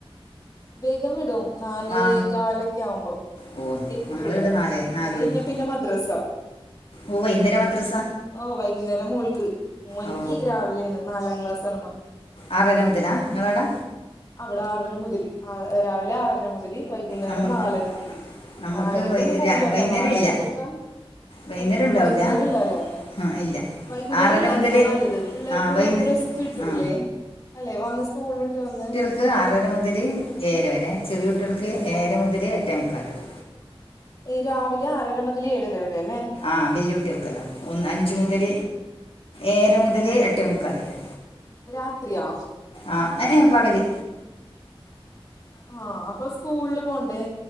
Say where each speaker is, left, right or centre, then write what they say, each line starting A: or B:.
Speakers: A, on the left (about 35°); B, on the left (about 70°).
A: വേഗം വിടും നാല്
B: ആ
A: കാലൊക്കെ ആവുമ്പോ.
B: ഓ
A: എത്തു
B: നമ്മളിവിടെ
A: ഇവിടെ
B: നാല് നാല്
A: അത് കഴിഞ്ഞാ
B: മണിക്ക്
A: പിന്നെ മദ്രസ.
B: ഓ വൈകുന്നേരം മദ്രസ.
A: ഓ വൈകുന്നേരം മോൾക്ക് മോനക്ക്
B: ഓ
A: രാവിലെയാണ്. നാലാം ക്ലാസ് ആണ് മ-
B: ആറാര മുതലാ നിങ്ങളയ അവിടെ.
A: അവിടെ ആറര മുതൽ രാവിലെ ആറര മുതൽ വൈകി- വൈകുന്നേരം
B: നമുക്ക്
A: നാലര മുതല്
B: നമുക്ക്
A: നാലരക്കൊന്നും
B: വൈ
A: പോവില്ലട്ടോ
B: രാ- വൈകുന്നേരം
A: നാലരക്കൊക്കെ
B: ഇല്ല വൈകുന്നേരം
A: എത്തുള്ളൂ
B: ഉണ്ടാവില്ല
A: വൈകുന്നേരം ഇല്ല അല്ലേ.
B: ആ ഇല്ല
A: വൈകുന്നേരം
B: ആറര
A: ഇല്ലാത്തതാ
B: മുതൽ
A: നല്ലത് പിള്ളേർക്കൊരു
B: ആ വൈകുന്ന
A: റെസ്റ്റ് കിട്ടൂല്ലേ.
B: ആ
A: അല്ലെ വന്ന് സ്കൂൾ വീട്ട് വന്ന്
B: ക്ക് ആറര മുതൽ ഏഴര വരെ ചെറിയ കുട്ടികൾക്ക് ഏഴര മുതൽ എട്ടേ മുക്കാൽ വരെ.
A: ഇരാവിലെ ആറര മുതൽ ഏഴര വരെ അല്ലേ.
B: ആഹ് വലിയകുട്ടികൾക്കല്ലോ ഒന്ന് അഞ്ച് മുതൽ ഏഴര മുതൽ എട്ടേ മുക്കാൽ വരെ.
A: രാത്രിയാ.
B: ആഹ് ഏഹ് ഏഹ് പകല്
A: ആഹ് അപ്പൊ സ്കൂളില് പോണ്ടേ?